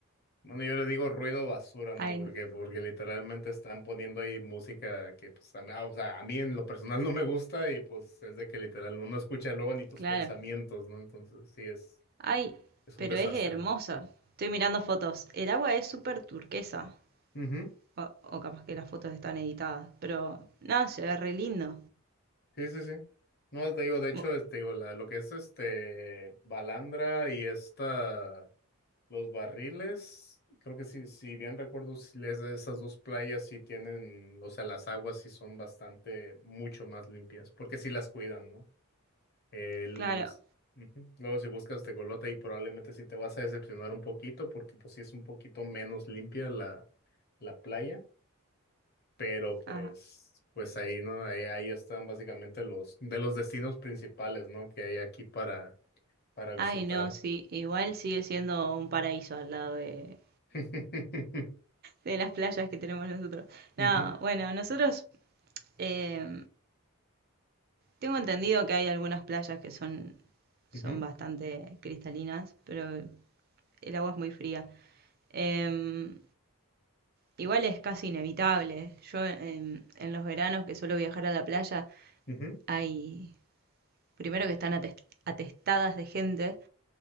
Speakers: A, on the left (about 45°); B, on the right (about 45°).
A: Bueno, yo le digo ruido basura, ¿no?
B: Ay,
A: Porque, porque literalmente están poniendo ahí música que, pues, a mí- ah, o sea, a mí en lo personal no me gusta y pues es de que literal no no escucha luego ni tus
B: claro.
A: pensamientos, ¿no? Entonces, sí, es,
B: Ay,
A: es
B: pero
A: un desastre.
B: es hermosa. Estoy mirando fotos. El agua es súper turquesa.
A: Ujú,
B: O, o capaz que las fotos están editadas, pero no, se ve re lindo.
A: Sí, sí, sí. No, te digo, de hecho,
B: Bu-
A: te digo, la, lo que es este Balandra y esta. Los barriles, creo que si si bien recuerdo, si les- esas dos playas sí tienen, o sea, las aguas sí son bastante, mucho más limpias, porque sí las cuidan, ¿no? El,
B: claro.
A: ujú. Luego si buscas Tecolote y probablemente sí te vas a decepcionar un poquito, porque pues sí es un poquito menos limpia la, la playa, pero pues,
B: Ajá.
A: pues ahí, ¿no? Ahí, ahí están básicamente los, de los destinos principales, ¿no? Que hay aquí para, para visitar.
B: Ay, no, sí. Igual sigue siendo un paraíso al lado de,
A: <laughs>
B: de las playas que tenemos nosotros. No,
A: Ujú,
B: bueno, nosotros eh, tengo entendido que hay algunas playas que son, son
A: ujú,
B: bastante cristalinas, pero el agua es muy fría. Eh, igual es casi inevitable. Yo em, en los veranos que suelo viajar a la playa,
A: ujú.
B: hay, primero que están ates- atestadas de gente